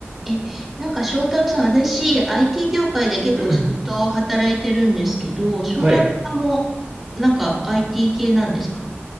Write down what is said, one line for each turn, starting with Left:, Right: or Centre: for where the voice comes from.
Centre: え、なんか翔太郎さん、私、IT 業界で結構ずっと働いてるんですけど、
Right: うん
Centre: 翔太郎さんも、
Right: はい。
Centre: なんか IT 系なんですか